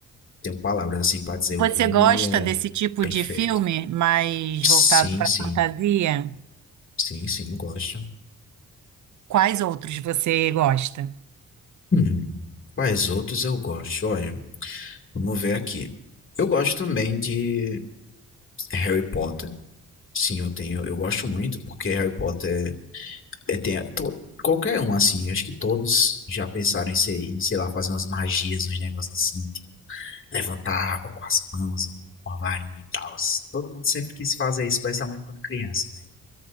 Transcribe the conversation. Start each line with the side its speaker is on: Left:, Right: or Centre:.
Left: tenho palavras, assim, pra dizer o
Right: Você
Left: quão
Right: gosta
Left: ele é
Right: desse tipo
Left: bem
Right: de
Left: feito.
Right: filme mais
Left: Sim,
Right: voltado para
Left: sim.
Right: fantasia?
Left: Sim, sim, eu gosto.
Right: Quais outros você gosta?
Left: Hum, quais outros eu gosto? Olha, vamos ver aqui. Eu gosto também de Harry Potter. Sim, eu tenho eu gosto muito, porque Harry Potter, é é, tem to qualquer um, assim, acho que todos já pensaram em ser em, sei lá, fazer umas magias, uns negócios assim, tipo levantar água com as mãos ou com uma varinha e tal. Todo mundo sempre quis fazer isso, especialmente quando criança, né?